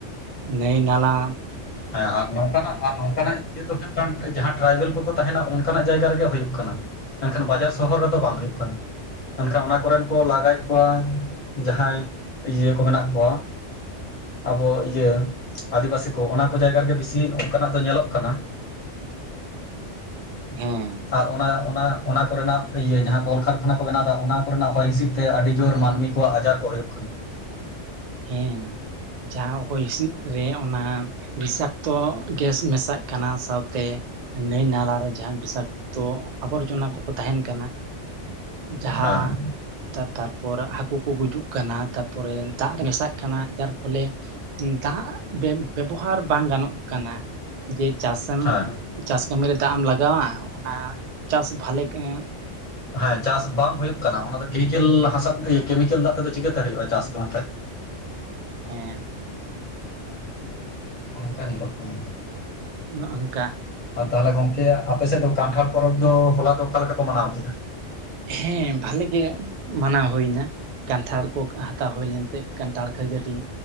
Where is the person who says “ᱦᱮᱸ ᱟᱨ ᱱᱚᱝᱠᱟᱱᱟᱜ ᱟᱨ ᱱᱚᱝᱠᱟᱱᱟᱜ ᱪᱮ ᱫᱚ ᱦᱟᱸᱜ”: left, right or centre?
Left